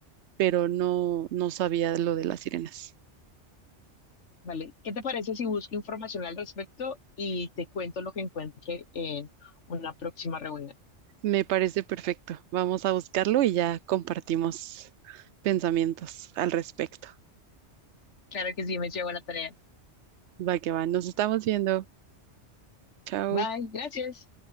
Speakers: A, on the right; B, on the left.
A: pero no, no sabía lo de las sirenas.
B: Vale, ¿qué te parece si busco información al respecto y te cuento lo que encuentre en una próxima reunión?
A: Me parece perfecto. Vamos a buscarlo y ya compartimos pensamientos al respecto.
B: Claro que sí, me llevo la tarea.
A: Va que va, nos estamos viendo. Chao.
B: Bye, gracias.